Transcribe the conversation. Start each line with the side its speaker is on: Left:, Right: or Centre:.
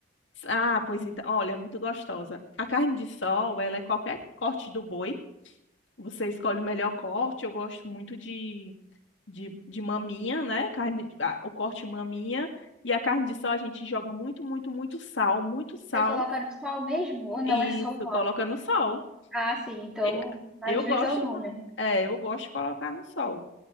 Left: Ah, pois então, olha, é muito gostosa. A carne de sol, ela é qualquer corte do boi. Você escolhe o melhor corte. Eu gosto muito de de, de maminha, né? Carne, a- o corte maminha. E a carne de sol a gente joga muito, muito, muito sal, muito sal.
Centre: É colocar no sol mesmo ou não
Left: E
Centre: é só
Left: Isso,
Centre: o nome?
Left: coloca no sol.
Centre: Ah, sim, então
Left: E-
Centre: faz
Left: Eu
Centre: juiz
Left: gosto,
Centre: ao
Left: de
Centre: nome.
Left: co- é, eu gosto de colocar no sol.